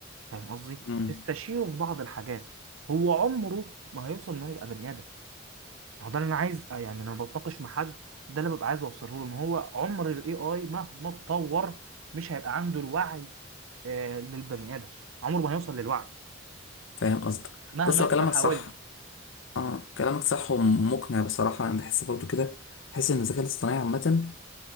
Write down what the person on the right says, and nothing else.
فاهم قصدي
استشيره في بعض الحاجات هو عمره ما هيوصل ان هو يبقى بني ادم هو ده اللي انا عايز آه، يعني لما بتناقش مع حد ده اللي ببقى عايز اوصله له ان هو عمر الاي اي مهما اتطور مش هيبقى عنده الوعي آه للبني ادم عمره ما هيوصل للوعي
مهما
انت
حاولت